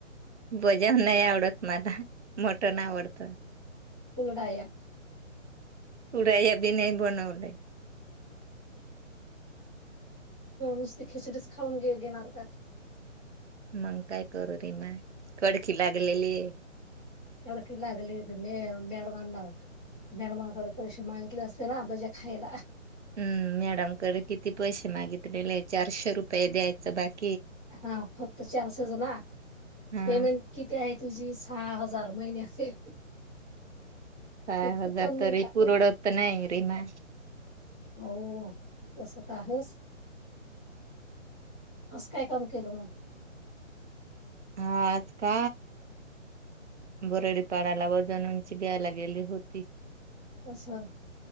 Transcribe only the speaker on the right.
बजाव नाही आवडत. मला मोटण आवडत.
कुड बि नाही बनवले.
मंग काय करोरी म. कडकी लागलेली.
हम्म मॅडमकडे किती पैसे मागितलेले चारशे रुपये द्यायचं बाकी
हा
सहा
हजार
तरी
पुरवडत नाही रीमा
हा आज का बोरडीपाड्याला वजणूंची द्यायला गेली होती.